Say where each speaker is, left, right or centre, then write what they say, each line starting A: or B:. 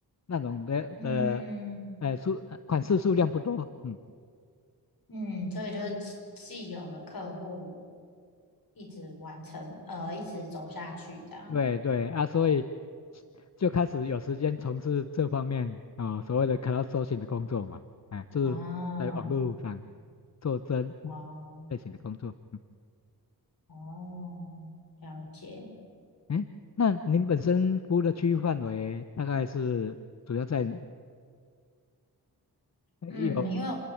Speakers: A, on the left (about 45°); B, on the left (about 60°).
A: 那种的呃，
B: 嗯
A: 呃，数呃款式数量不多，嗯。
B: 嗯，所以就是既既有的客户一直完成，呃，一直走下去这样。
A: 对对啊，所以就开始有时间从事这方面啊、呃所谓的 crowdsourcing 的工作嘛，哎，就是在网络上
B: 哦
A: 做这
B: 哦
A: 类型的工作。嗯，
B: 哦，了解。
A: 哎，那您本身服务的区域范围大概是主要在有
B: 嗯，因为